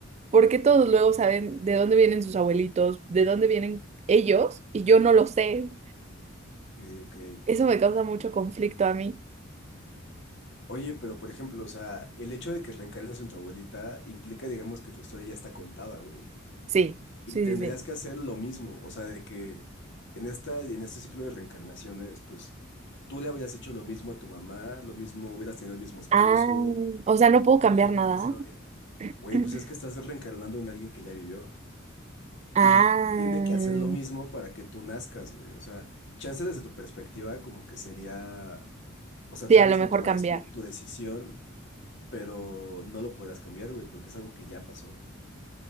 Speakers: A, on the right; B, on the left.
A: por qué todos luego saben de dónde vienen sus abuelitos, de dónde vienen ellos, y yo no lo sé.
B: ok, ok.
A: Eso me causa mucho conflicto a mí.
B: Oye, pero por ejemplo, o sea, el hecho de que reencarnes en tu abuelita implica, digamos, que tu historia ya está contada, güey.
A: Sí,
B: Y
A: sí,
B: tendrías
A: sí, sí.
B: que hacer lo mismo, o sea, de que en esta, en este ciclo de reencarnaciones, pues tú le habrías hecho lo mismo a tu mamá, lo mismo, hubieras tenido el mismo esposo,
A: Ah, o sea, no puedo cambiar
B: tus hijos
A: nada.
B: no sabrían. Güey,
A: <clears throat>
B: pues es que estás reencarnando en alguien que ya vivió
A: Ah,
B: y tiene que hacer lo mismo para que tú nazcas, güey. O sea, chance desde tu perspectiva como que sería, o sea,
A: Sí,
B: tal
A: a
B: vez
A: lo mejor
B: lo tomarías
A: cambiar.
B: como tu decisión, pero no lo podrás cambiar, güey, porque es algo que ya pasó.